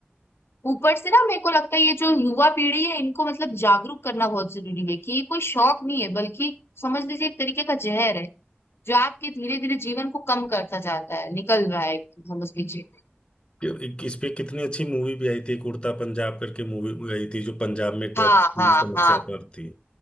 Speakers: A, on the left (about 80°); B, on the left (about 25°).
A: ऊपर से ना मेरे को लगता है ये जो युवा पीढ़ी है इनको मतलब जागरूक करना बहुत जरूरी है कि ये कोई शौक नहीं है बल्कि समझ लीजिए एक तरीके का जहर है जो आपके धीरे धीरे जीवन को कम करता जाता है निकल रहा है समझ लीजिए
B: कि- इस पे कितनी अच्छी मूवी भी आई थी एक उड़ता पंजाब करके मूवी भी आई थी जो पंजाब में ड्रग्स
A: हाँ
B: की
A: हाँ
B: समस्या
A: हाँ
B: पर थी